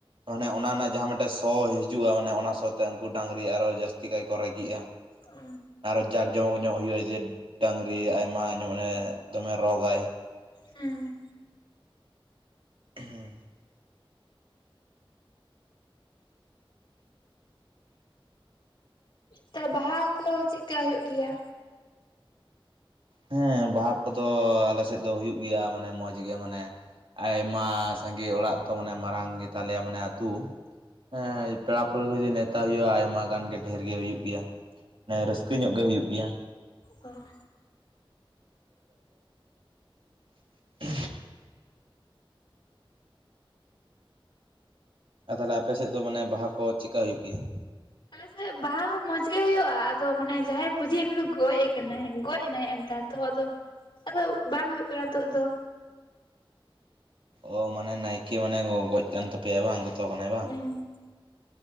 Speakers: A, on the right; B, on the left.
A: ᱢᱟᱱᱮ ᱚᱱᱟ ᱨᱮᱱᱟᱜ ᱡᱟᱦᱟᱸ ᱢᱤᱫᱴᱮᱜ ᱥᱚ ᱦᱤᱡᱩᱜ-ᱟ ᱢᱟᱱᱮ ᱚᱱᱟ ᱥᱚ ᱛᱮ ᱩᱱᱠᱩ ᱰᱟᱝᱨᱤ ᱟᱨᱚ ᱡᱟᱹᱥᱛᱤ ᱠᱟᱭ ᱠᱚ ᱨᱟᱹᱜᱤᱜ-ᱟ᱾
B: ᱚ᱾
A: ᱟᱨᱚ ᱡᱟᱠ ᱡᱚᱢᱚᱠ ᱧᱚᱜ ᱦᱩᱭᱩᱜᱼᱟ ᱡᱮ ᱨᱤ ᱟᱭᱢᱟ ᱧᱚᱜ ᱢᱟᱱᱮ ᱫᱚᱢᱮ ᱨᱚᱜᱽᱼᱟᱭ᱾
B: ᱦᱮᱸ᱾
A: ᱦᱮᱸ᱾
B: ᱛᱟᱦᱮ ᱵᱟᱦᱟ ᱠᱚ ᱪᱮᱜᱠᱟ ᱦᱩᱭᱩᱜ ᱜᱮᱭᱟ?
A: ᱦᱮᱸ ᱵᱟᱦᱟ ᱠᱚᱫᱚ ᱟᱞᱮ ᱥᱮᱫ ᱫᱚ ᱦᱩᱭᱩᱜ ᱜᱮᱭᱟ ᱢᱟᱱᱮ ᱢᱚᱡᱽ ᱜᱮ ᱢᱟᱱᱮ ᱟᱭᱢᱟ ᱥᱟᱸᱜᱮ ᱚᱲᱟᱜ ᱛᱚ ᱢᱟᱱᱮ ᱢᱟᱨᱟᱝ ᱜᱮᱛᱟᱞᱮᱭᱟ ᱢᱟᱱᱮ ᱟᱹᱛᱩ᱾ ᱦᱮᱸ ᱯᱮᱲᱟ ᱯᱟᱹᱲᱦᱟᱹ ᱡᱩᱫᱤ ᱱᱮᱣᱛᱟ ᱦᱩᱭᱩᱜ-ᱟ ᱟᱭᱢᱟ ᱜᱟᱱ ᱜᱮ ᱫᱷᱮᱨ ᱜᱮ ᱦᱩᱭᱩᱜ ᱜᱮᱭᱟ᱾ ᱢᱟᱱᱮ ᱨᱟᱹᱥᱠᱟᱹ ᱧᱚᱜ ᱜᱮ ᱦᱩᱭᱩᱜ ᱜᱮᱭᱟ᱾
B: ᱚ᱾
A: <inaudible> ᱟᱫᱚ ᱛᱟᱦᱞᱮ ᱟᱯᱮ ᱥᱮᱫ ᱫᱚ ᱢᱟᱱᱮ ᱵᱟᱦᱟ ᱠᱚ ᱪᱮᱜᱠᱟ ᱦᱩᱭᱩᱜ ᱜᱮᱭᱟ?
B: ᱟᱞᱮᱥᱮᱫ ᱵᱟᱦᱟ ᱫᱚ ᱢᱚᱸᱡᱽ ᱜᱮ ᱦᱩᱭᱩᱜᱼᱟ᱾ ᱟᱫᱚ ᱢᱟᱱᱮ ᱡᱟᱦᱟᱸᱭ ᱯᱩᱡᱟᱹᱭᱟ ᱩᱱᱤ ᱫᱚ ᱜᱚᱡ ᱠᱟᱱᱟᱭ, ᱜᱚᱡ ᱮᱱᱟᱭ ᱦᱮ ᱮᱱᱛᱟᱨ᱾ ᱛᱚ ᱟᱫᱚ, ᱟᱫᱚ ᱵᱟᱝ ᱦᱳᱭᱳᱜ ᱠᱟᱱᱟ ᱱᱤᱛᱳᱜ ᱫᱚ᱾
A: ᱚ ᱢᱟᱱᱮ ᱱᱟᱭᱠᱮ ᱢᱟᱱᱮ ᱜᱚ-ᱜᱚᱡ ᱠᱟᱱ ᱛᱟᱯᱮᱭᱟᱭ ᱵᱟᱝ, ᱜᱚᱛᱚ ᱠᱟᱱᱟᱭ ᱵᱟᱝ᱾
B: ᱦᱩᱸ᱾